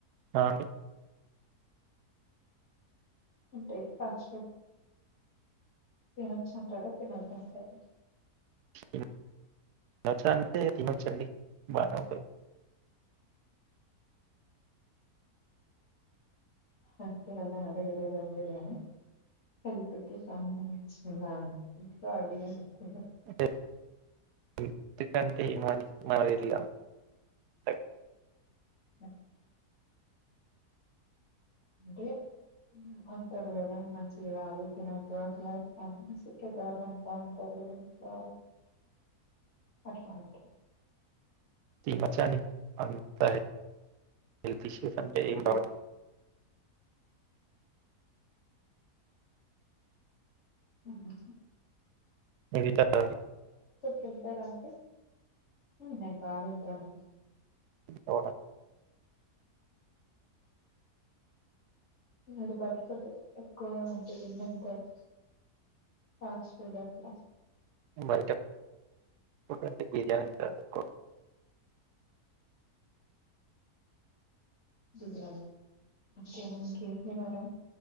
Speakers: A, on the right (about 80°); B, on the left (about 45°).
A: అ అండి
B: అంటే ఫాస్ట్ ఫుడ్ తినొచ్చంటార తినొద్ధాంటార
A: తిన్నొచ్చ అంటే తినొచ్చండి బానే ఉంటది
B: అంటే అలా అడగలేదండి నేను హెల్త్ కి సంబంధించిన దాంట్లో అడిగాను నేను
A: అంటే హెల్త్ కి అంటే ఏమో అండి నాకు తెలీదు అంటే
B: మ్ అంటే అంటరు కదా మంచిది గాదు తినొద్దు అట్ల ఇట్ల అని పెద్దవాళ్ళు అంట ఉంటా అట్ల ఓకే
A: తినొచ్చండి అంత ఏ హెల్త్ ఇష్యూస్ అంటే
B: ఉమ్.
A: ఏం రావ్
B: ఊహు
A: మీరు తింటారా అండి
B: తింటార అండి మ్ నేను బాగ తింటాను
A: అవునా
B: మ్ బయట ఫుడ్ ఎక్కువగా అంటే ఏం తింటారు ఫాస్ట్ ఫుడ్ అట్ల
A: బయట ఫుడ్ అంటే బిర్యానీ తింటాను ఎక్కువగా
B: బిర్యానీ అంతేనా ఇంకేం తినరా